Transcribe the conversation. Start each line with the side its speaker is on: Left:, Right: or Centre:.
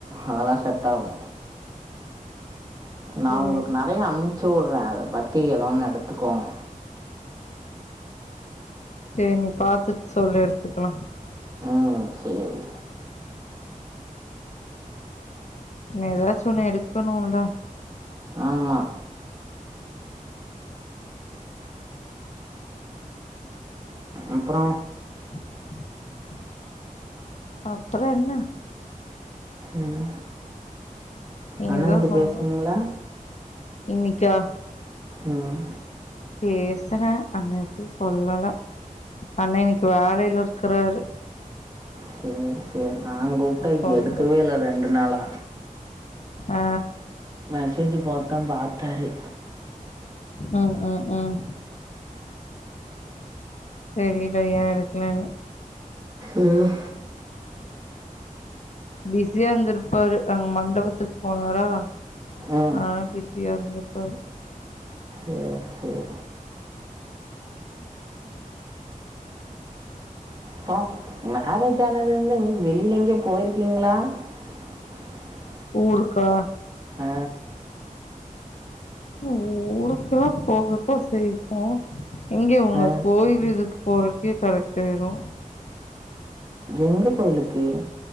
Right: அதெல்லா செட் ஆகு நா
Left: சேரி
Right: உங்ளுக்கு நறைய அனுப்ச்சி உடறே அத பத்தி எதோ ஒண்ணு எடுத்துக்கோங்க
Left: செரி நீ பாத்துட் சொல்லு எடுத்துக்லா
Right: ம் சேரி
Left: என்ன எதாச்சி ஒன்னு எடுக்கணுல
Right: ஆமா அப்றோ
Left: <unintelligible> அப்ற என்ன
Right: ம்
Left: நீங்கதா
Right: அண்ண கிட்ட
Left: சொல்லணு
Right: பேசுனிங்ளா
Left: இன்னிக்கா
Right: ம்
Left: பேசற அந்த சொல்லல அண்ண இன்னைக்கு வேலையில இருக்றாரு
Right: சேர் சேர் நா கூப்ட்டா
Left: சொல்லல
Right: எடுக்கவே இல்ல ரெண்டு நாளா
Left: ஆ
Right: மெசேஜ் போட்ட பாத்தாரு
Left: ம் ம் ம் தெரில ஏ எடுக்லனு
Right: ம்
Left: பிஸியா இருந்ருப்பாரு ஆமாங் மண்டபத்துக்கு போனாரா அதனால
Right: ம்
Left: பிஸியா இருந்ருப்பாரு
Right: சேர் சேரி ப்பா மேரேஜ் ஆனதுல இருந்து எங்க வெளில எங்யா போயிருக்கிங்ளா <unintelligible>
Left: ஊருக்கா
Right: ஆ
Left: ஊருக்லா போகத்தா செய்வோ எங்க இவுங்க
Right: ஆ
Left: கோயில் இதுக்கு போறக்கே கரெக்ட் ஆயிரு
Right: எங்க கோயிலுக்கு